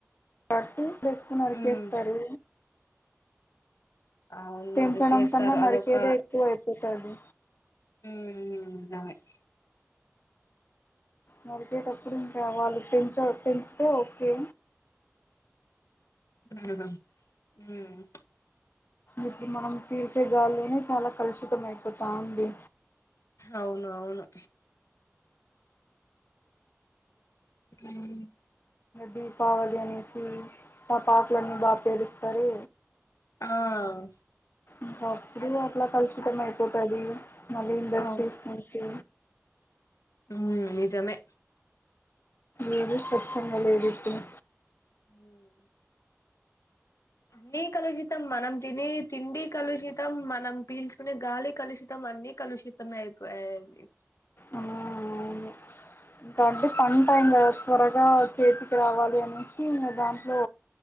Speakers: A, on the left; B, on the left.
A: కాబట్టి చెట్టు నరికేస్తారు.
B: మ్మ్ అవును
A: పెంచడం
B: నరికేస్తారు
A: కన్న నరికేయుడే
B: అదొక
A: ఎక్కువ అయిపోతు తది
B: హ్మ్ <unintelligible>
A: నరికేటప్పుడు ఇంకా వాళ్ళు పెంచ పెంచితే ఒకే
B: ఉహు హ్మ్
A: ఇప్పుడు మనం పీల్చే గాలిలోనూ చాలా కలుషితం అయిపోతా ఉంది.
B: అవునవును మ్
A: దీపావళి అనేసి టపాకులన్నీ బాగా పేలుస్తారు
B: ఆ
A: ఇంక అప్పుడు
B: అది
A: అట్లా కలుషితం
B: అది
A: అయిపోతాది మళ్ళీ ఇండస్ట్రీస్
B: అవును
A: నుంచి
B: హ్మ్ నిజమే
A: ఏది స్వచ్చంగ లేదు ఇప్పుడు
B: మ్ అన్నీ కలుషితం మనం తినే తిండి కలుషితం మనం పీల్చుకునే గాలి కలుషితం అన్నీ కలుషితమే అయిపోయాయండి
A: ఆ అవును ఇంకా అంటే పంట టైమ్ కదా త్వరగా చేతికి రావాలి అనేసి దాంట్లో